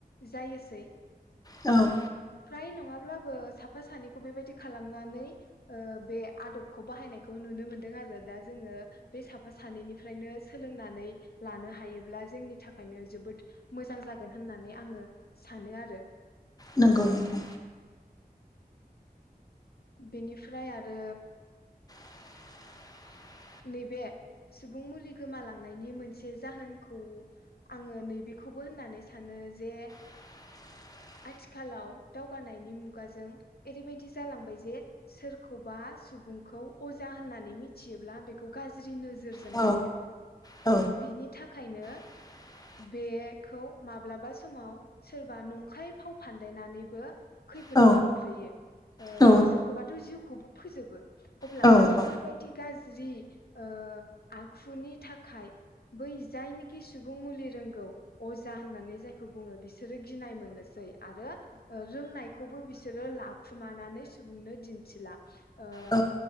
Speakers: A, on the left; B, on the left.
A: जायोसै।
B: औ
A: फ्राय नङाब्लाबो साफा सानैखौ बेबायदि खालामनानै बे आदबखौ बाहायनायखौ नु नुनो मोनदों आरो दा जोङो बे साफा सानैनिफ्रायनो स सोलोंनानै लानो हायोब्ला जोंनि थाखायनो जोबोद मोजां जागोन होननानै आङो सानो मोनो आरो
B: नंगौ नंगौ।
A: बेनिफ्राय आरो
B: <inaudible>
A: नैबे सुबुं मुलि गोमालांनायनि मोनसे जाहोनखौ आङो नैबेखौ खौबो होननानै सानो जे
B: <inaudible>
A: आथिखालाव दावगानायनि मुगाजों ओरैबायदि जालांबाय जे सोरखौबा सुबुंखौ अजा होननानै मिथियोब्ला बेखौ गाज्रि नोजोर जोरजों
B: औ
A: नायो
B: औ
A: बिनि थाखायनो
B: <inaudible>
A: बेखौ माब्लाबा समाव सोरबा नंखाय फाव फान्दायनानैबो खैफोदाव
B: औ
A: खोख्लैयो। ओ
B: औ
A: सोरखौबाथ' जिउखौबो फोजोबो। अब्ला
B: औ
A: बेफोरबायदि
B: औ
A: गाज्रि ओ आखुनि थाखाय बै जायनिखि सुबुं मुलि रोंगौ अजा होननानै जायखौ बुङो बिसोरो गिनाय मोननोसै आरो ओ रोंनायखौबो बिसोरो लाखुमानानै सुबुंनो दिन्थिला ओ
B: औ